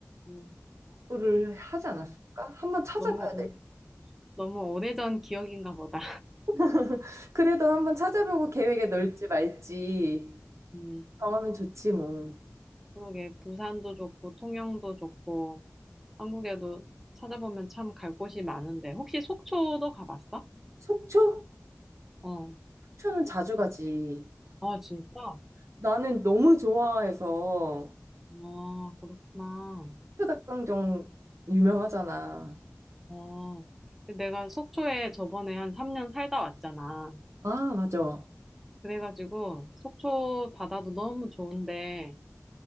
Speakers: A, in the centre; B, on the right.
A: 음,
B: 그거를 하지 않았을까?
A: 음.
B: 한번 찾아봐야
A: 너무, 오-
B: 돼.
A: 너무 오래전 기억인가 보다.
B: <laughs> 그래도 한번 찾아보고 계획에
A: <laughs>
B: 넣을지 말지
A: 음,
B: 정하면 좋지 뭐.
A: 그러게. 부산도 좋고, 통영도 좋고, 한국에도 찾아보면 참 갈 곳이 많은데. 혹시 속초도 가봤어?
B: 속초?
A: 어.
B: 속초는 자주 가지.
A: 아, 진짜?
B: 나는 너무 좋아해서
A: 아, 그렇구나.
B: 속초 닭강정 유명하잖아.
A: 어. 근데 내가 속초에 저번에 한 3년 살다 왔잖아.
B: 아, 맞아.
A: 그래가지고 속초 바다도 너무 좋은데,